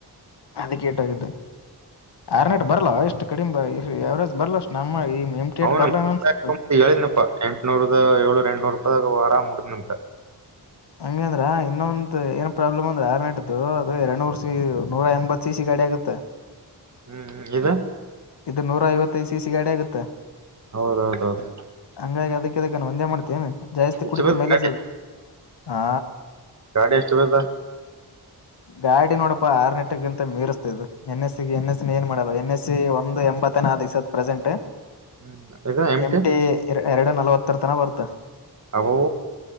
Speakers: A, on the left; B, on the right.
A: ಅದಕ ಏಟಾಗುತ್ತ ಆರ್ನೆೇಟ್ ಬರಲ್ಲ ಎಷ್ಟು ಕಡಿಂಬ ಯವರೇಜ್ ಬರ್ಲ್ಲ ಅಷ್ಟು ನಮ್ಮ ಈ ಎಮ್ ಟಿ
B: ಹ
A: ಏಟ್ ಬರ್ಲ ಅನ್ಸತ
B: ಹೇಳನಪ್ಪಾ ಎಂಟನೂರದ ಏಳೂ ಎಂಟನೂರು ಇಪ್ಪದಕ ವರ ಮುಡನಂತ
A: ಹಂಗ ಅಂದ್ರ ಇನ್ನೊಂದ್ ಏನ್ ಪ್ರಾಬ್ಲಮ್ ಅಂದ್ರೆ ಆರ್ ನೆಟು ಅದು ಎರಡ್ಡುನೂರ್ ಸಿ ನೂರ ಎಂಬತ್ ಸಿ ಸಿ ಗಾಡಿ ಆಗುತ್ತೆ
B: ಹ್ಮ್ ಇದು
A: ಇದು ನೂರ ಐವತ್ತೈದು ಸಿ ಸಿ ಗಾಡಿ ಆಗುತ್ತೆ
B: ಹೌದ ಹೌದ ಹೌದು
A: ಹಂಗಾಗಿ ಅದಕ್ಕೆದಕ್ಕ ಒಂದೇ ಮಾಡ್ತೇನೆ ಜಾಸ್ತಿ
B: ಎಷ್ಟು
A: ಕುಡಿದ್ದ
B: ಬೀಳ್ತ
A: ಮೈಲೇಜ್
B: ಗಾಡಿ
A: ಅದು ಹ
B: ಗಾಡಿ ಎಷ್ಟ ಬಸ <inaudible>
A: ಗಾಡಿ ನೋಡಪ್ಪಾ ಆರ್ನೆಟಗಿಂತ ಮೀರಿಸಸ್ತಾ್ ಎನ್ ಎಸ್ಸ ಎನ್ ಎಸ್ ಏ ಮಾಡಲ್ಲ ಎನ್ ಎಸ್ಸ ಒಂದು ಎಂಬತ್ತನಿವ್ಸದ ಪ್ರೆಸೆಂಟ್
B: ಹ್ಮ್ ಇದದ ಎಮಟ
A: ಎಮ್ ಟಿ ಎರಡು ನಲವತ್ತರ ತನ ಬರ್ತ
B: ಅವ